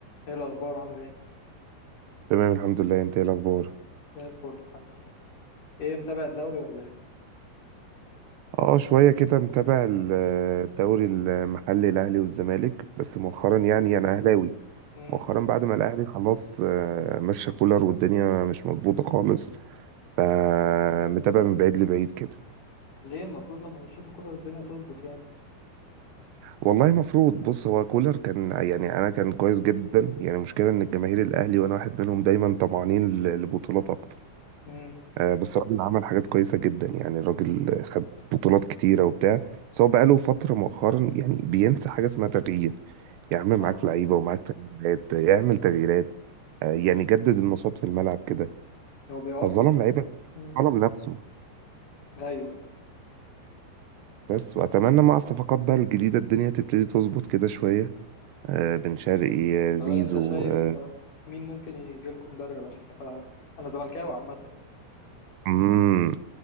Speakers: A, on the left; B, on the right.
A: ايه الاخبار عامل ايه
B: تمام الحمد لله انت ايه الاخبار
A: زي الفل الحمد لله ايه متابع الدوري ولا ايه
B: اه شويه كده متابع ال- الدوري المحلي الاهلي والزمالك بس مؤخرا
A: مم.
B: يعني انا اهلاوي
A: مم.
B: مؤخرا بعد ما الاهلي خلاص آه، مشى كولر والدنيا مش مظبوطه خالص فمتابع من بعيد لبعيد كده
A: ليه المفروض لما مشيتوا كولر الدنيا تظبط يعني
B: والله مفروض بص هو كولر كان يعني انا كان كويس جدا يعني المشكله ان الجماهير الاهلي وانا واحد منهم دايما طمعانين ل- لبطولات اكتر
A: مم.
B: آه، بس الراجل عمل حاجات كويسة جدا يعني الراجل خد بطولات كتيرة وبتاع بس هو بقاله فترة مؤخرا يعني بينسى حاجة اسمها تغيير يا عم
A: اه
B: معاك لعيبة ومعاك تغييرات يعمل تغييرات آه، يعني جدد النشاط في الملعب كده
A: هو بيعاقب
B: فظلم لعيبة
A: مم.
B: ظلم نفسه
A: ايوه
B: بس وأتمنى مع الصفقات بقى الجديدة الدنيا تبتدي تظبط كده شوية آه، بن شرقي آه، زيزو
A: طب انت شايف
B: آه،
A: آه، مين ممكن يجي لكم مدرب عشان كاس العالم انا زملكاوي عامه يعني.
B: مم،